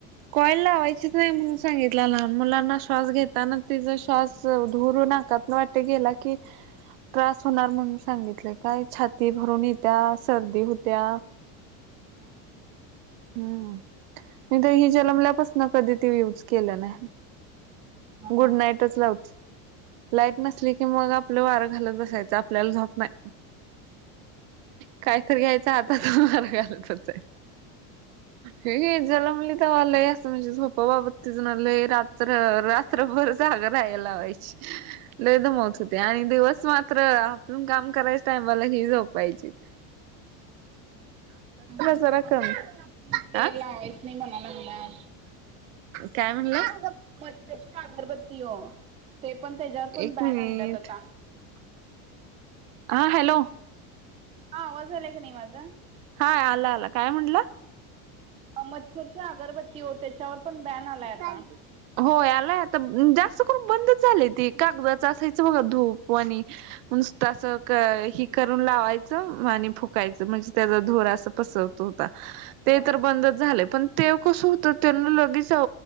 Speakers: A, on the right; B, on the right.
A: कॉयल लावायचीच नाही म्हणून सांगितलं लहान मुलांना श्वास घेताना तिचा श्वास धुरू नका. न वाट गेला की त्रास होणार म्हणून सांगितलेय काय छाती भरून येत्या सर्दी होत्या.
B: हा.
A: हम्म म तर हि जन्मल्यापासन कधी ते युज केलं नाही.
B: हा
A: गुड
B: हा.
A: नाईटच लावते लाईट नसली की मग. आपलं वारं घालत बसायच आपल्याला झोप नाही. कायतरी घ्यायचं आता त मार घालतच आहे. हे जला मुलीि त्यावालंय असं म्हणजे झोपा बाबत तिजलंय रात. रात्रभर जागं राहायलावायची. लेदमत होते आणि दिवस मात्र आपून काम करायचं टाय मला हे झपायचे.
B: गर
A: जरा कमी
B: अगरबत् पण ते
A: आ
B: लावायच नाही म्हणालागल्या.
A: काय म्हणलं.
B: मच्छरची अगरबत्ती हो ते पण त्याच्यावर
A: एक
B: पण बॅन
A: मिनिट
B: आणल्यात आता
A: हा हॅलो.
B: हा वझले का निवाज
A: हाय आलं आला काय म्हटलं.
B: मच्छरची अगरबत्ती हो त्याच्यावर. पण बॅन आलाय
A: सुकारारीेस.
B: आता.
A: हो आलाय आता जास्त करून बंदच झालंय ते कागदाच असायचं बघा धूप. णी तचं ह. करून लावायचं आणि फुकायचं म्हणजे त्याचा धोर असं पसरतो. ते
B: होय.
A: तर बंदच झाले पण ते कस होत त्यांना लगेच जा.